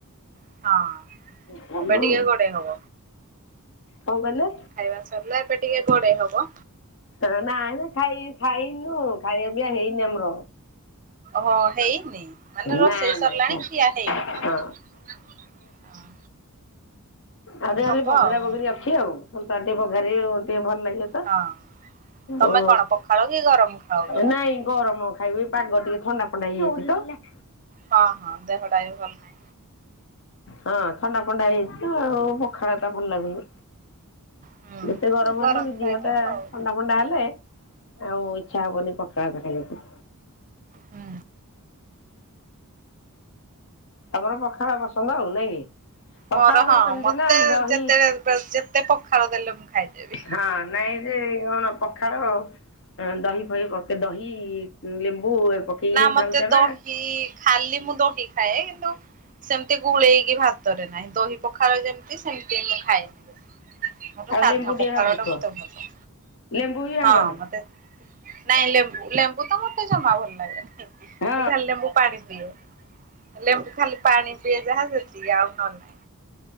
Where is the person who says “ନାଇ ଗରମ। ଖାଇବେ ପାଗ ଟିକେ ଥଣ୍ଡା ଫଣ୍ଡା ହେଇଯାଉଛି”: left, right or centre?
Left